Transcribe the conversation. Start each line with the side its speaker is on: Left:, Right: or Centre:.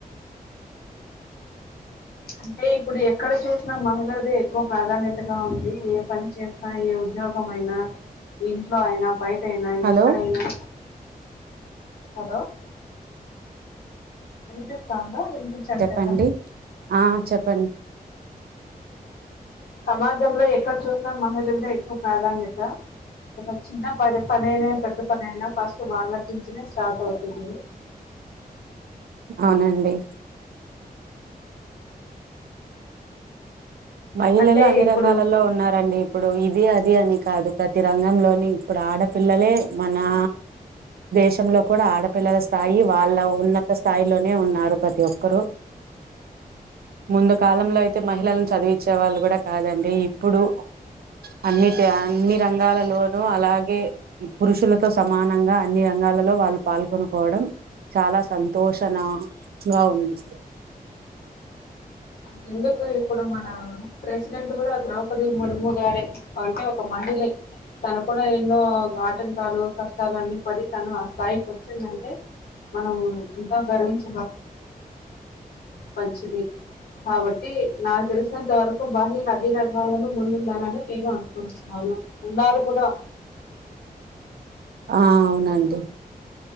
Left: అంటే ఇప్పుడు ఎక్కడ చూసినా మహిళది ఎక్కువ ప్రాధాన్యతగా ఉంది ఏ పని చేసినా ఏ ఉద్యోగ గమయినా ఇంట్లో అయినా బయట అయినా
Right: హలో
Left: ఎక్కడైనా హలో ఇనిపిస్తాందా వినిపించట్లేదా
Right: చెప్పండి ఆ చెప్పండి
Left: సమాజంలో ఎక్కడ చూసినా మహిళలదె ఎక్కువ ప్రాధాన్యత చిన్న పరి పణైన పెద్ద పని అయినా ఫస్ట్ వాళ్ళ నుంచనే స్టార్ట్ అవుతుంది
Right: అవునండి మహిళలు
Left: అంటే
Right: అన్ని
Left: ఇప్పుడు
Right: రంగాలలో ఉన్నారండి ఇప్పుడు ఇది అది అని కాదు ప్రతి రంగంలోని ఇప్పుడు ఆడపిల్లలే మనా దేశంలో కూడా ఆడపిల్లల స్త్ స్థాయి వాళ్ళ ఉన్నత స్థాయిలోనే ఉన్నారు ప్రతి ఒక్కరు ముందు కాలంలో అయితే మహిళలను చదివచ్చేవాళ్ళు గూడా కాదండి ఇప్పుడు అన్నిటి అన్ని రంగాలలోనూ అలాగే పురుషులతో సమానంగా అన్ని రంగా లో వాళ్ళు పాల్గొను పోవడం చాలా సంతోషనంగా ఉంది
Left: అ ఎందుకు ఇప్పుడు మన ప్రెసిడెంట్ కగూడా ద్రౌపది ముర్ము గారే అంటే ఒక మహిలే తను కూడా ఎన్నో ఆటంకాలు కష్టాలన్ని పడి తను ఆ స్థాయికి వచ్చిందంటే మనం ఎంతో గర్వించ మంచిది కాబట్టి నాకు తెలిసినంత వరకు బహి నదీ రంగాలను ముందుండాలని నేను అనుకుంటున్నాను ఉన్నారు గుడా
Right: ఆ అవునండి